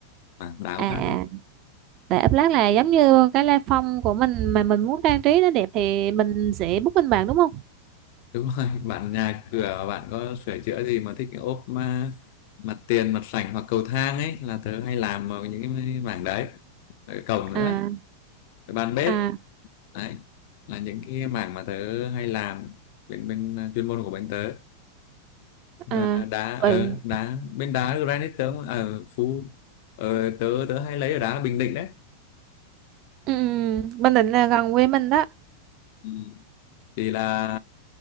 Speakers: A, on the left; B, on the right.
A: mảng đá ốp
B: à
A: lát
B: à,
A: thôi.
B: tại ấp lát là giống như cái la phong của mình mà mình muốn trang trí nó đẹp thì mình sẽ book bên bạn đúng không
A: Đúng rồi, <laughs> bạn nhà cửa bạn có sửa chữa gì mà thích cái ốp mà mặt tiền, mặt sảnh hoặc cầu thang ấy là tớ hay làm ở những cái mảng đấy. Ở cổng nữa
B: à
A: rồi bàn bếp
B: à
A: đấy là những cái mảng mà tớ hay làm bên bên à, chuyên môn của bên tớ
B: à
A: À, đá ờ
B: vậy
A: đá bên đá granite tớ ở phú ờ, tớ tớ hay lấy ở đá Bình Định đấy
B: ừ, ừ, Bình Định là gần quê mình đó
A: Ừ. thì là